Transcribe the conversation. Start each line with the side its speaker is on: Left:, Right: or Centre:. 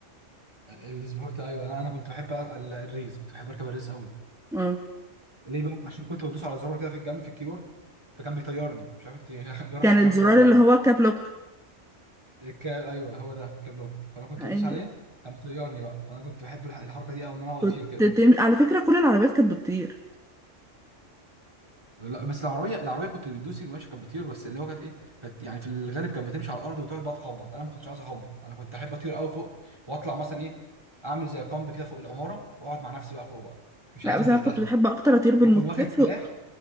Right: السبورت ايوه انا أنا كنت بحب ال- الريس كنت بحب اركب الريس قوي
Centre: اه
Right: ليه بقى عشان كنت بدوس على زرار كده في الجنب في الكيبورد فكان بيطيرني مش عارف انت <laughs> جربت
Centre: كان
Right: الحوار
Centre: الزرار
Right: ده ولا لا
Centre: اللي هو كابلوك
Right: الكاب ايوه هو ده كابلوك فانا كنت
Centre: يعني
Right: بدوس عليه كان بيطيرني بقى فانا كنت بحب الح- الحركه دي قوي ان انا اقعد
Centre: كنت
Right: اطير كده
Centre: تم... على فكرة كل العربيات كانت بتطير
Right: لا بس العربيه العربيه كنت بتدوسي ماشي كانت بتطير بس اللي هو كانت ايه كانت يعني في الغالب كانت بتمشي على الارض وتقعد بقى تخبط انا ما كنتش عايز اخبط انا كنت احب اطير قوي فوق واطلع مثلا ايه اعمل زي كامب كده فوق العماره واقعد مع نفسي بقى فوق بقى مش
Centre: لا
Right: عايز
Centre: بس
Right: انزل
Centre: انا
Right: تحت
Centre: كنت بحب اكتر اطير بالموتوسيكل
Right: واكون واخد سلاح